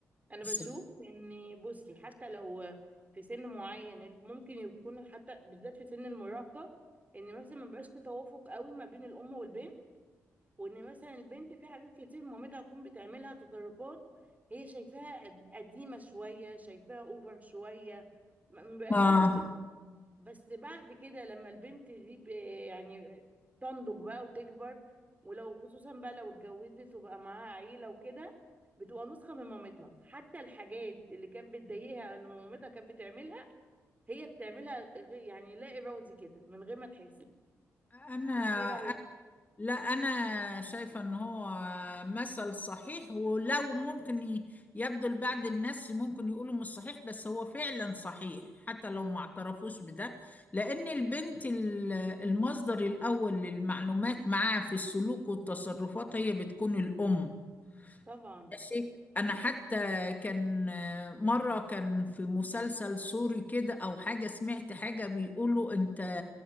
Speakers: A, on the right (about 25°); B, on the left (about 25°).
A: انا بشوف
B: صح.
A: ان بصي حتى لو في سن معين ممكن يكون حتى بالذات في سن المراهقة ان مثلا ما بقاش في توافق قوي ما بين الام والبنت وان مثلا البنت في حاجات كتير مامتها تكون بتعملها تصرفات هي شايفاها قد- قديمه شويه شايفاها اوفر شويه ما ما بيبقاش
B: اه
A: في تفاهم بس بعد كده لما البنت دي ب- يعني تنضج بقى وتكبر ولو خصوصا بقى لو اتجوزت وبقى معاها عيله وكده بتبقى نسخه من مامتها حتى الحاجات اللي كانت بتضايقها ان مامتها كانت بتعملها هي بتعملها غ- يعني لا ارادي كده من غير ما تحس
B: انا
A: انت ايه رايك
B: لا أنا شايفة إن هو مثل صحيح ولو ممكن ي- يبدو لبعض الناس ممكن يقولوا مش صحيح بس هو فعلا صحيح حتى لو ما اعترفوش بده لأن البنت ال- المصدر الأول للمعلومات معاه في السلوك والتصرفات هي بتكون الأم
A: طبعا
B: ماشي انا حتى كان آه، مره كان في مسلسل سوري كده او حاجه سمعت حاجه بيقولوا انت